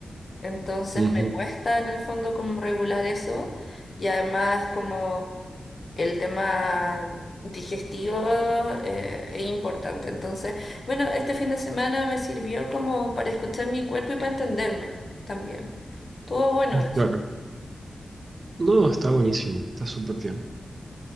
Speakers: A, on the left; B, on the right.
A: entonces
B: ujú,
A: me cuesta en el fondo como regular eso y además como el tema digestivo eh, es importante. Entonces, bueno, este fin de semana me sirvió como para escuchar mi cuerpo y para entenderme también. Estuvo bueno eso.
B: Claro. No, está buenísimo, está súper bien.